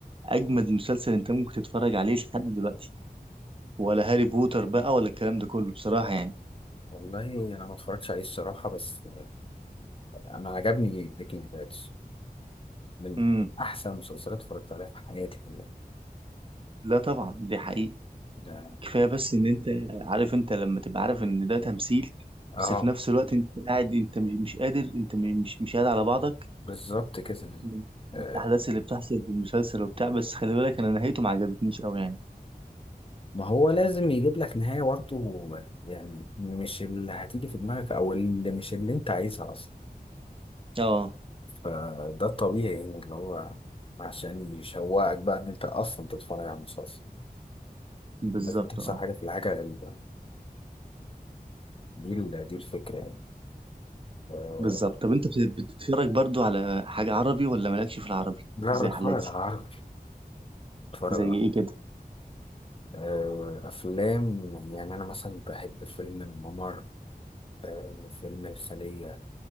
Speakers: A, on the right; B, on the left.
A: اجمد مسلسل انت ممكن تتفرج عليه لحد دلوقتي ولا هاري بوتر بقى ولا الكلام ده كله بصراحه يعني
B: والله انا ما اتفرجتش عليه الصراحه بس آه، انا عجبني بريكنج باد من
A: امم
B: من احسن المسلسلات اتفرجت عليها في حياتي كلها
A: لا طبعا دي حقيقة
B: ده
A: كفايه بس ان انت عارف انت لما تبقى عارف ان ده تمثيل
B: اه
A: بس في نفس الوقت انت قاعد انت مش مش قادر انت م- مش مش قاعد على بعضك
B: بالظبط كده
A: من من
B: آه،
A: الأحداث اللي بتحصل في المسلسل وبتاع بس خلي بالك أنا نهايته ما عجبتنيش أوي يعني
B: ما هو لازم يجيب لك نهايه برضه يعني مش اللي هتيجي في دماغك او اللي مش اللي انت عايزها اصلا
A: اه
B: فده الطبيعي يعني اللي هو عشان يشوقك بقى ان انت اصلا تتفرج على المسلسل
A: بالظبط
B: لازم تحصل
A: اه
B: حاجه في الحاجه غريبه دي ال- دي الفكره يعني آه،
A: بالظبط طب أنت بت- بتتفرج برضو على حاجة عربي ولا مالكش في العربي
B: لا
A: زي
B: بتفرج
A: حالاتي
B: على عربي بتفرج
A: زي
B: على
A: إيه كده
B: آه، أفلام يعني أنا مثلا بحب فيلم الممر آه، فيلم الخلية